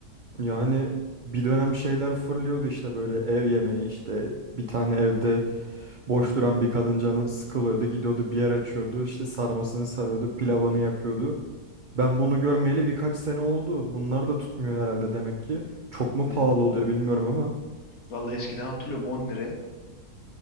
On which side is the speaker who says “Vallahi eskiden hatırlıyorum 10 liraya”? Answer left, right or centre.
Left